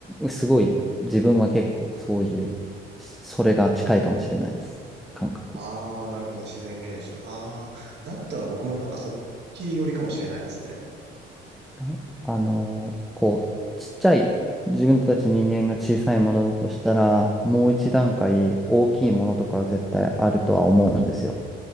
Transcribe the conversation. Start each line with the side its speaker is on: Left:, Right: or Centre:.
Centre: すごい自分は結構そういう、それが近いかもしれないです。感覚。
Right: ああ、なるほど、自然現象。ああ、だったら僕もなんかそっち寄りかもしれないですね。
Centre: なあの、こう、ちっちゃい、自分たち人間が小さいものだとしたら、もう一段階大きいものとかは絶対あるとは思うんですよ。